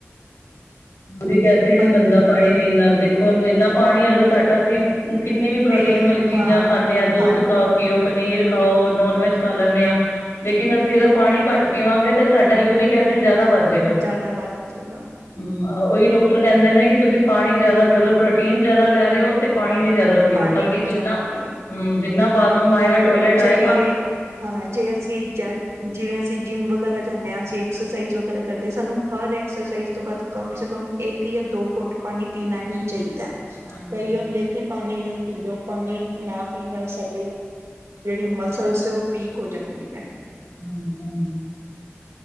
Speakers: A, on the left; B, on the right.
A: ਯੂਰਿਕ ਐਸਿਡ ਨੀ
B: ਬ
A: ਬਣਦਾ ਪਾਣੀ ਪੀਣ ਨਾਲ ਦੇਖੋ ਹੁਣ ਜਿੰਨਾ ਪਾਣੀ ਅਗਰ ਘੱਟ ਅਸੀਂ ਕਿੰਨੀ ਵੀ ਪ੍ਰੋਟੀਨ
B: ਪੀ
A: ਵਾਲੀ ਚੀਜ਼ਾਂ
B: ਹਾਂ
A: ਖਾਂਨੇ ਆ ਦੁੱਧ
B: ਖਾਲੀ
A: ਖਾ ਪੀਓ, ਪਨੀਰ ਖਾਓ ਨੋਨ ਵੈਜ ਖਾਂ ਲੈਂਨੇ ਆ ਲੇਕਿਨ ਅਸੀਂ ਅਗਰ ਪਾਣੀ ਘੱਟ ਪੀਵਾਂਗੇ ਤੇ ਸਾਡਾ ਯੂੂਰਿਕ ਐਸਿਡ ਜਿਆਦਾ ਵੱਧ ਜਾਏਗਾ
B: ਜਿਆਦਾ ਵੱਧ ਜੇਗਾ।
A: ਹਮ ਉਹੀ ਡਾਕਟਰ ਕਹਿੰਦੇ ਨੇ ਕਿ ਤੁਸੀਂ ਪਾਣੀ ਜਿਆਦਾ ਪਿਓ ਅਗਰ ਪ੍ਰੋਟੀਨ ਜਿਆਦਾ ਲੈ ਰਹੇ ਹੋ ਤੇ ਪਾਣੀ ਵੀ ਜਾਦਾ ਪੀਓ
B: ਪਾਣੀ
A: ਤਾਂ
B: ਵੀ
A: ਜਿੰਨਾ
B: ਜ਼ਿਆਦਾ ਪੀਓ
A: ਹਮ ਜਿੰਨਾ ਬਾਥਰੂਮ ਆਏਗਾ ਟੋਇਲੇਟ ਆਏਗਾ
B: ਜੇ ਹਾਂ ਜੇ ਅਸੀ ਜ ਜਿਵੇਂ ਜਿੰਮ ਵਗੈਰਾ ਜਾਂਦੇ ਹਾਂ ਅਸੀਂ ਐਕਸਰਸਾਈਜ਼ ਤਾਂ ਕਰਦੇ ਸਾਨੂੰ ਹਰ ਐਕਸਰਸਾਈਜ਼ ਤੋਂ ਬਾਅਦ ਕਮ ਸੇ ਕਮ ਇੱਕ ਜਾਂ ਦੋ ਕੁੱਟ ਪਾਣੀ ਪੀਣਾ ਹੀ ਚਾਹੀਦਾ।
A: ਹਾਂਜੀ
B: ਕਈ ਹੁੰਦੇ ਕਿ ਪਾਣੀ ਨਹੀਂ ਪੀਂਦੇ ੳਹ ਪਾਣੀ ਨਾ ਪੀ ਨਾਲ ਸਾਡੇ ਜਿਹੜੀ ਮਸਲਸ ਉਹ ਵੀਕ ਹੋ ਜਾਂਦੀ ਏ
A: ਹਾਂਜੀ - ਹਾਂਜੀ।